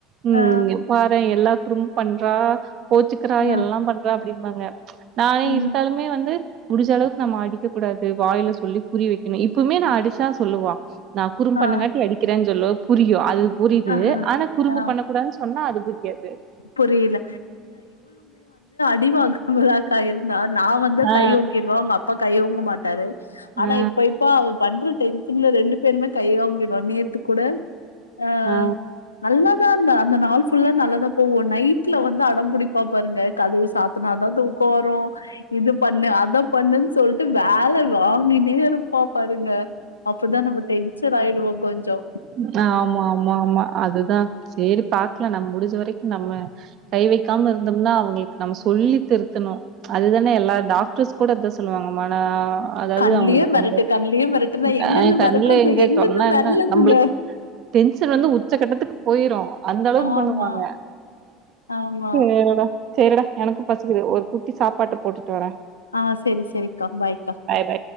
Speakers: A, on the right (about 45°); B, on the left (about 85°).
A: உம்
B: ஆ,
A: பாரே எல்லா குடும்பும் பண்ண ஆஹ் கோச்சுக்கிறா
B: ஆ,
A: எல்லா பண்றா அப்படி மாங்க நானே
B: ம்,
A: இருந்தாலுமே வந்து முடிஞ்ச அளவுக்கு நம்ம அடிக்க கூடாது. வாயில சொல்லி புரிய வைக்கணு. இப்ப இப்பவுமே நா அடுச்சா சொல்லுவா நா குறுபண்ணங்காட்டி
B: ஆ.
A: அடிக்கிறேன்னு சொல்லுவ் புரியு அது புரியுது
B: ஆஹா
A: ஆனா குறும்பு
B: ஆ
A: பண்ணக்க கூடாது சொன்னா அது புரியாது
B: புரியல அடிவாங்குமாதக்கா இருந்தா நா வந்து
A: ஆ
B: கை ஓங்கிருவே அவுங் அப் ப்பா கை ஓங்கு மாட்டாரு ஆனா
A: ஆ
B: இப்ப இப்ப அவு பண்று டென்ஷன்ல ரெண்டு பேருமே கை ஓங்கி ரோ நேத்து கூட அஹா
A: ஆ
B: நல்ல ந்தா அந்த நாள் ஃபுல்லா நல்லதா போவோ நைட்ல வந்து அடம்பிடிப்பா பாருங்க கதுவு சாத்துனதா தூக்க வரு இது பண்ணு அத பண்ணுன் சொல் ட்டு வேல வாங்கினேயிருப்பா பாருங்க அப்பதா நம்ம டென்சன் ஆயிடுவோங் கொஞ்சோ
A: ப்ச் ஆம் ஆமா ஆமாம்மா அதுதா சேரி பாக்குலா நம்ம முடிஞ்ச வரைக்கு நம்ம கை வைக்காம இருந்தோம்னா அவுங்களுக் நம்ம சொல்லி திருத்தணு அதுதானே எல்லா டாக்டர்ஸ் கூட இத சொல்லுவாங்க அதாவது
B: கண்லியு
A: அவங்களுக்கு
B: மிரட்டு
A: வந்து
B: கண்லியு மிரட்டுனா எங்கிந்து
A: அ கண்ல
B: மிரட்டுறது
A: எங்க
B: எங்கிந்து
A: சொன்னா
B: மெரலுதுக
A: என்ன நம்ம டென்ஷன் வந்து உச்ச கட்டத்துக்கு போயிரு அந்த அளவுக்கு
B: ஆமா
A: பண்ணுவாங்க
B: ஆமா
A: சேருடா சேரிடா எனக்கு பசிக்கிது ஒரு குட்டி சாப்பாட்ட போட்டுட்டு வர்ர
B: ஆஹ சேரி சேரிக்கா பாய்க்கா
A: பாய்